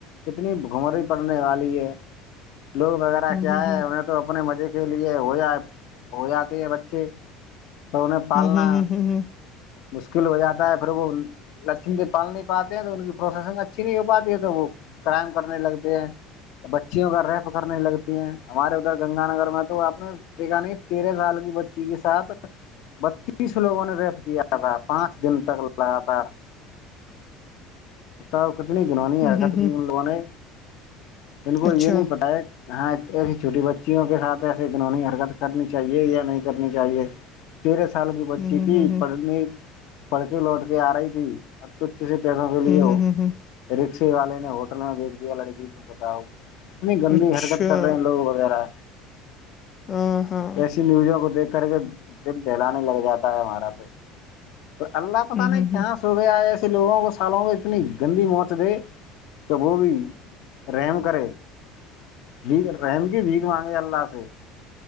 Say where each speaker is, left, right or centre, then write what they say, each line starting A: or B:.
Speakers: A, on the left; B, on the left.
A: کتنی گھمری پڑنے والی ہے لوگ وغیرہ
B: ہوں
A: کیا
B: ہوں
A: ہے انہیں تو اپنے مزے کے لیے ہو جائے ہو جاتے ہیں بچے تو انہیں پالنا
B: ہوں ہوں
A: مشکل ہو جاتا ہے پھر وہ لکچمی د پال نہیں پاتے ہیں تو ان کی پروسیسنگ اچھی نہیں ہو پاتی ہے تو وہ کرائم کرنے لگتے ہیں بچیوں کا رہ پکر نہیں لگتی ہیں ہمارے ادھر گنگ نگر میں تو وہ اپنے یہ کہ نہیں تیرہ سال کی بچی کے ساتھ بتیس لوگوں نے کیا تھا پانچ دن تک لگاتار تا کتنی گنوانی
B: ہوں
A: حرکت
B: ہوں
A: کی ان لوگوں نے ان کو
B: اچھا
A: یہ نہیں پتا ہے ہاں ایسی چھوٹی بچیوں کے ساتھ ایسے گنہنی حرکت کرنی چاہیے یا نہیں کرنی چاہیے تیرہ سال کی بچی
B: ہوں ہوں
A: تھی
B: ہوں
A: پڑھنے پڑھ کے لوٹ کے آ رہی تھی ا تو اچھے سے پیسہ بو
B: ہوں ہوں ہوں ہوں
A: رسیے والے نے ہوٹل میں بیچ دیا لڑکی کو بتاؤ اتنی گندی
B: اچھا
A: حرکت کر رہے ہیں لوگ وغیرہ
B: ہاں ہاں
A: ایسی نیوزوں کو دیکھ کر کے دل دہلانے لگ جاتا ہے ہمارا تو تو اللہ پتہ
B: ہوں
A: نہیں
B: ہوں
A: کہاں
B: ہوں
A: سو گ آئے ایسے لوگوں کو سالوں کو اتنی گندی موت دے تو وہ بھی ریم کر بھیک رحم کی بھیک مانگے اللہ سے